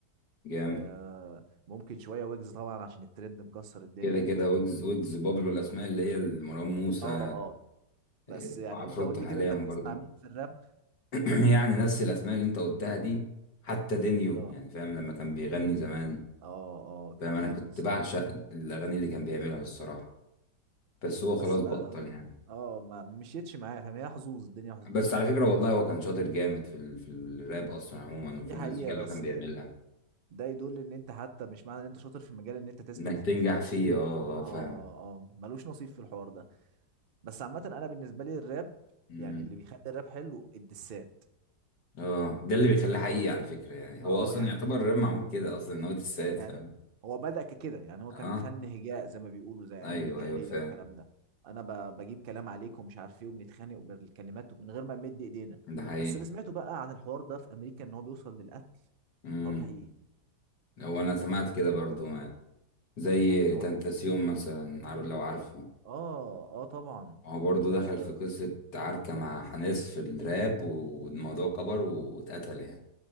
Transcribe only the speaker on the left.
جامد
كده كده ويجز ويجز بابلو الاسماء اللي هي مروان موسى
إيه،
وعفروتو
حاليا
برضه
<clears throat> يعني نفس الاسماء اللي انت قلتها دي حتى دينيو
يعني فاهم لما كان بيغني زمان
فاهم انا
كنت
بعشق الاغاني اللي كان بيعملها الصراحه بس هو
خلاص
بطل يعني
بس على فكره والله هو كان شاطر جامد في ال... في الراب اصلا عموما
وفي المزيكا
اللي
هو كان بيعملها
انك
تنجح
فيه اه
اه
فاهم
اه ده اللي بيخليه حقيقي على فكرة يعني هو
اصلا
يعتبر الراب معمول كده اصلا ان هو دسات
فاهم
اه
ايوه
ايوه فاهم
ده حقيقي
امم
هو انا سمعت كده برضو زي
تنتاسيوم مثلا عارف لو عارفه
هو برضو
دخل في قصة عركة مع حناس في الراب والموضوع كبر واتقتل يعني